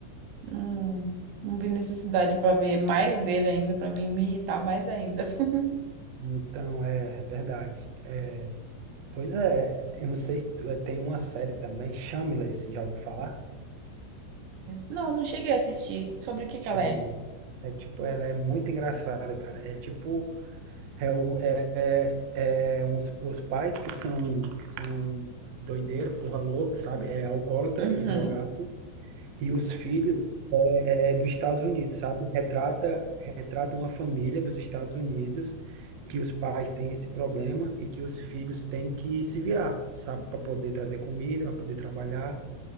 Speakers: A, on the right; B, on the right.
A: não, não vi necessidade pra ver mais dele ainda, pra mim me irritar mais ainda. <laughs>
B: Então, é, é verdade. É, pois é, eu não sei se tu- é, tem uma série também, Shameless, já ouviu falar?
A: Não, não cheguei a assistir. Sobre o que que
B: Chama,
A: ela é?
B: né? É tipo, ela é muito engraçada, cara. É tipo, é, o- é, é, é uns, os pais que são, que são doideiro, porra louca, sabe? É alcoólatra
A: Uhum.
B: e drogado. E os filhos é, é dos Estados Unidos, sabe? Retrata, retrata uma família dos Estados Unidos que os pais têm esse problema e que os filhos têm que se virar, sabe? Para poder trazer comida, para poder trabalhar.